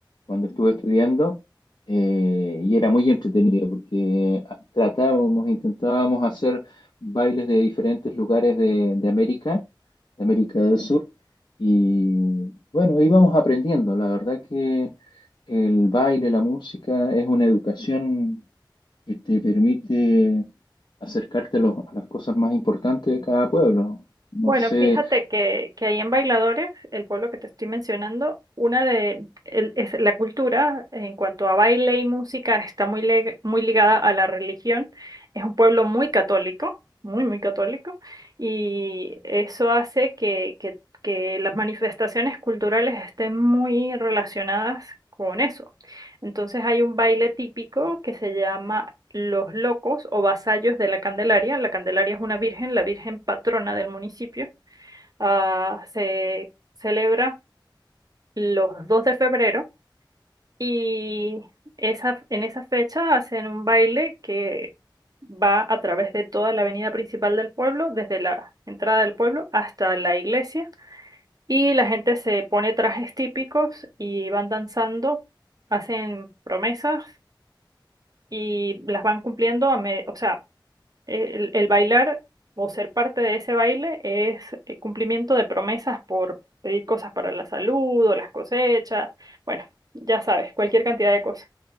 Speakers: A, on the left (about 60°); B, on the right (about 50°).
A: cuando estuve estudiando eh, y era muy entretenido porque ah, tratábamos, intentábamos hacer bailes de diferentes lugares de, de América, de América del Sur y bueno, íbamos aprendiendo. La verdad que el baile, la música es una educación que te permite acercarte a, los- a las cosas más importantes de cada pueblo. No
B: Bueno,
A: sé,
B: fíjate que, que ahí en Bailadores, el pueblo que te estoy mencionando, una de el- es la cultura en cuanto a baile y música está muy, leg- muy ligada a la religión. Es un pueblo muy católico, muy, muy católico, y eso hace que, que, que las manifestaciones culturales estén muy relacionadas con eso. Entonces hay un baile típico que se llama Los Locos o Vasallos de la Candelaria. La Candelaria es una virgen, la virgen patrona del municipio ah, se celebra los 2 de febrero y esa, en esa fecha hacen un baile que va a través de toda la avenida principal del pueblo, desde la entrada del pueblo hasta la iglesia. Y la gente se pone trajes típicos y van danzando, hacen promesas y las van cumpliendo a me- o sea, el, el bailar o ser parte de ese baile es eh, cumplimiento de promesas por pedir cosas para la salud o las cosechas, bueno, ya sabes, cualquier cantidad de cosas.